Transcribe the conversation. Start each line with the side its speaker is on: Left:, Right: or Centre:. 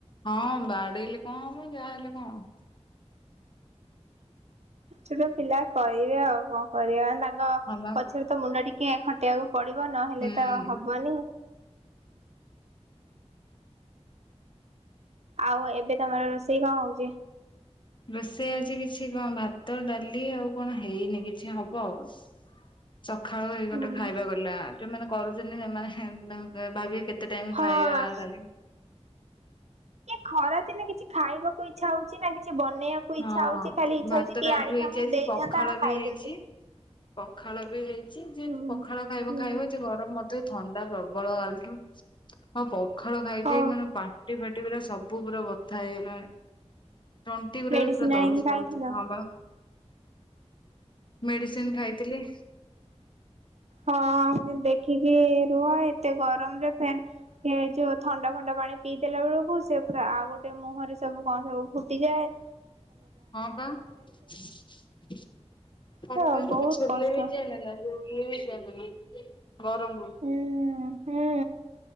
Left: ହଁ ବାଡେଇଲେ କଣ ହେବ ମୁ ଯାହାହଲେ କଣ ହେବ?
Right: ଛୋଟ ପିଲା କରିବେ ଆଉ କଣ କରିବା ମାନେ ତାଙ୍କ
Left: ହଁ ବା
Right: ପଛରେ ତ ମୁଣ୍ଡ ଟିକେ ଖଟିବାକୁ ପଡିବ ନହେଲେ
Left: ହୁଁ
Right: ତ ହବନି। ଆଉ ଏବେ ତମର ରୋଷେଇ କଣ ହଉଛି?
Left: ରୋଷେଇ ଆଜି କିଛି କଣ ଭାତ, ଡାଲି ଆଉ କଣ ହେଇନି କିଛି ହବ ଆଉ।
Right: <inaudible>
Left: ସକାଳୁ ହେଇ ଗୋଟେ
Right: ହୁଁ
Left: ଖାଇବା ଗଲା ଯୋଉମାନେ କରୁଛନ୍ତି ସେମାନେ ଭାବିବେ କେତେ କେତେ ଟାଇମ
Right: ହଁ
Left: ଖାଇବା ଖାଲି।
Right: ଖରାଦିନେ କିଛି ଖାଇବାକୁ ଇଚ୍ଛା ହଉଛି ନା କିଛି ବନେଇବାକୁ ଇଛା
Left: ହଁ
Right: ହଉଛି ଖାଲି ଇଛ
Left: ଭାତ
Right: ହଉଛି କିଏ
Left: ଡାଲି
Right: ଆଣି
Left: ବି ହେଇଛି
Right: ଆମକୁ
Left: ଆଜି
Right: ଦେଇଥାନ୍ତା
Left: ପଖାଳ
Right: ଆମେ
Left: ବି
Right: ଖାଇ
Left: ହେଇଛି।
Right: ଦିଅନ୍ତୁ।
Left: ପଖାଳ ବି ହେଇଛି ଯେ
Right: ହୁଁ।
Left: ପଖାଳ ଖାଇବ
Right: ହୁଁ
Left: ଖାଇବ ଯେ ଗରମ ମଧ୍ୟ ଥଣ୍ଡା ପ୍ରବଳ କାଲି ଠୁ ଆଉ ପଖାଳ ଖାଇ
Right: ଓ
Left: ଖାଇ ମାନେ ପାଟି ଫାଟି ପୁରା ସବୁ ସବୁ ପୁରା ବଥା ହେଇଗଲାଣି, ତଣ୍ଟି ଗୁରା
Right: ମେଡିସିନ
Left: ବି ପୁରା
Right: ଆଣିକି
Left: ଦରଜ
Right: ଖାଇଥିଲ?
Left: ଲାଗୁଛି ହଁ ବା। ମେଡିସିନ ଖାଇଥିଲି।
Right: ହଁ ଦେଖିକି ରୁହ, ଏତେ ଗରମରେ ଫେନ୍ ସେଇ ଯୋଉ ଥଣ୍ଡା ଫଣ୍ଡା ପାଣି ପି ଦେଲା ବେଳକୁ, ସିଏ ଗୋଟେ ଆହୁରି ମୁହଁରେ ସବୁ କଣ ସବୁ ଫୁଟି ଯାଏଁ।
Left: ହଁ ବା। ହାତ ସବୁ
Right: ପୁରା
Left: ସବୁ
Right: ବହୁତ
Left: ଛଲେ
Right: କଷ୍ଟ।
Left: ହେଇଯାଏନି ନା ଯୋଉ ୟେ ହେଇଯାଏନି ନା ଗରମ କୁ।
Right: ହୁଁ ହୁଁ